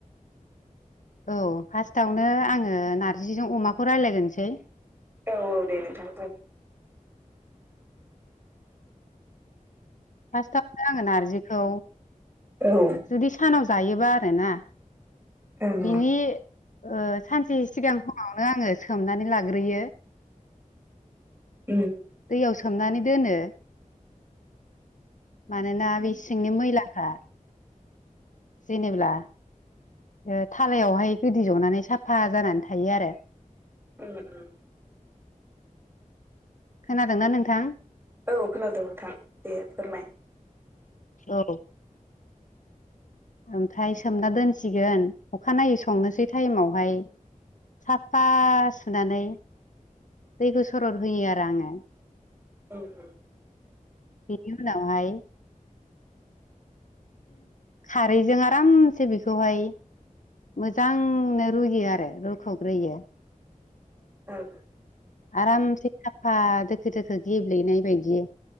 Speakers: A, on the left; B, on the right.
A: औ फार्स्टावनो आङो नारजिजों अमाखौ रायलायगोरसै।
B: औ औ दे नोंथां। <inaudible>
A: फार्स्टआवनो आङो नारजिखौ
B: औ ओं
A: जुदि सानाव जायोबा आरोना।
B: उम
A: बिनि
B: ओं
A: ओ सानसे सिगां समनावनो आङो सोमनानै लाग्रोयो।
B: उम
A: याव सोमनानै दोनो। मानोना बे सिंनि मैलाफ्रा जेनेब्ला ओ थालायावहाय गोदि जनानै साफा जानानै थायो आरो।
B: उम‌ उम।
A: खोनादोंना नोंथां?
B: औ खोनादों नोंथां दे फोरमाय।
A: औ ओमफ्राय सोमना दोनसिगोन अखानायै संनोसै टाइमावहाय साफा सुनानै दैखौ सरद होयो आरो आङो।
B: उम उम।
A: बि उनावहाय खारैजों आरामसे बेखौहाय मोजांनो रुयो आरो रुखग्रोयो।
B: ओं
A: आरामसे साफा दोखो दोखो गेब्लेनाय बायदि।